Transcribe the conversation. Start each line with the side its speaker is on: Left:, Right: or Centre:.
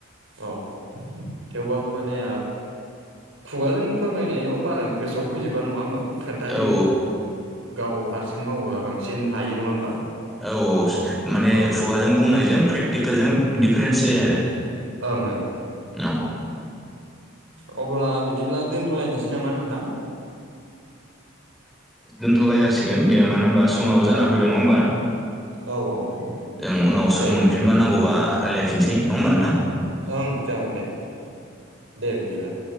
Right: औ थेवबाबो माने खुगाजों फोरमायनायाव बारा गोसोआव फैजोबा नङा होमबा? खोन्थानो
Centre: औ
Right: गाव हारसिं मावोब्ला बांसिन हायो नङा होमबा?
Centre: औ औ माने
Right: औ
Centre: खुगाजों बुंनायजों प्रेक्टिकेलजों डिफारेन्स जायो आरो।
Right: ओं ओं।
Centre: औ
Right: औ अब्ला बिदिब्ला दोनथ'लायनोसै नामा नोंथां?
Centre: दोनथ'लाय जासिगोन बे मानो होनबा समावाब जाना
Right: औ
Centre: फैबाय नङा होमबा?
Right: औ औ।
Centre: जों उनाव
Right: दे
Centre: सम मोनफिनबा
Right: बिदिब्ला
Centre: नांगौबा रायज्लायफिनसै नङा होमबा नोंथां?
Right: ओं जागोन दे दे बिदिब्ला।